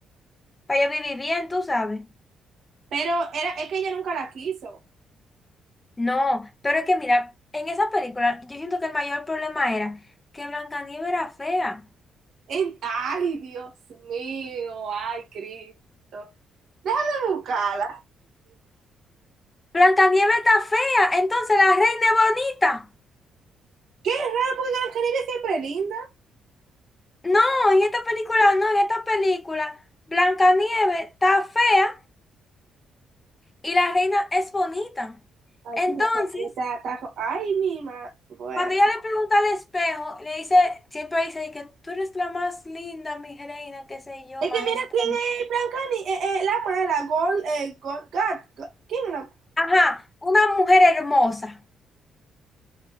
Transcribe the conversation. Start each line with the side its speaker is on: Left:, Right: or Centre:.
Left: Para yo vivir bien, tú sabes.
Right: Pero era, es que ella nunca la quiso.
Left: No, pero es que mira, en esa película yo siento que el mayor problema era que Blancanieves era fea.
Right: En- ay, Dios mío, ay, Cristo. Déjame buscarla.
Left: Blancanieves está fea, entonces la reina es bonita.
Right: Qué raro, porque Carol Caribbean siempre es linda.
Left: No, en esta película, no, en esta película, Blancanieves está fea y la reina es bonita.
Right: Ay,
Left: Entonces,
Right: sí, me acabo de ta- tajo. Ay, mi madre. Bueno.
Left: cuando ella le pregunta al espejo, le dice, siempre dice de que tú eres la más linda, mi reina, qué sé yo,
Right: Es
Left: majestad.
Right: que mira quién es Blanca Ni- eh, eh, la mala, Gol, eh, Gol, Gat. Gat- ¿Quién es la?
Left: Ajá, una mujer hermosa